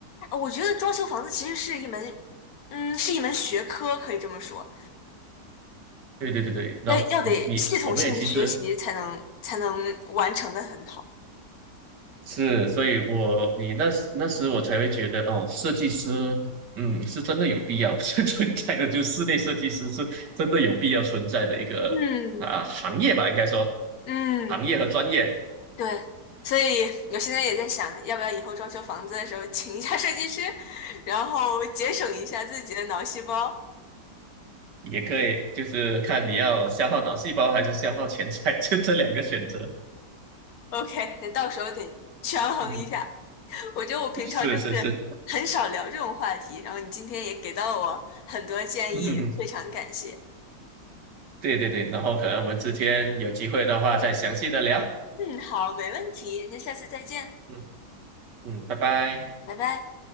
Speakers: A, on the left; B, on the right.
A: 我觉得装修房子其实是一门，嗯，是一门学科，可以这么说，
B: 对对对对，然后你我们也其实
A: 要要得系统性的学习才能才能完成的很好。
B: 是，所以我你那时那时我才会觉得哦，设计师嗯是真的有必要 <laughs> 是存在的，就室内设计师是真的有必要存在的一个啊行业吧，
A: 嗯
B: 应该说
A: 嗯。
B: 行业和专业。
A: 对，所以我现在也在想，要不要以后装修房子的时候请一下设计师，然后节省一下自己的脑细胞。
B: 也可以，就是看你要消耗脑细胞还是消耗钱财，<laughs> 就这两个选择。
A: OK，那到时候得权衡一下。
B: 嗯，
A: 我觉得我平常就是很少聊这种话题，
B: 是是是，
A: 然后你今天也给到了我很多建议，
B: 嗯，嗯嗯
A: 非常感谢。
B: 对对对，然后可能我们之间有机会的话再详细的聊。
A: 嗯，好，没问题，那下次再见，
B: 嗯嗯，拜拜。
A: 拜拜。